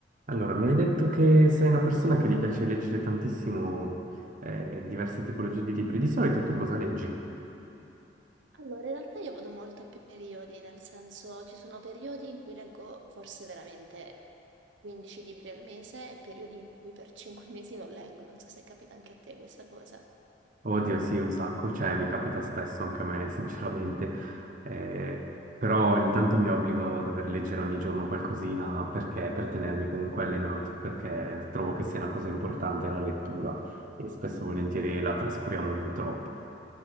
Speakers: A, on the right; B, on the right.
A: Allora, mi hai detto che sei una persona che gli piace leggere tantissimo eh, diverse tipologie di libri. Di solito tu cosa leggi?
B: Allora, in realtà io vado molto a periodi, nel senso ci sono periodi in cui leggo forse veramente 15 libri al mese e periodi in cui per 5 mesi non leggo, non so se capita anche a te questa cosa.
A: Oddio, sì, un sacco, cioè mi capita spesso anche a me, <laughs> sinceramente. Eh, però ogni tanto mi obbligo a dover leggere ogni giorno qualcosina perché per tenermi comunque allenato, perché trovo che sia una cosa importante la lettura e spesso e volentieri la trascuriamo un po' troppo.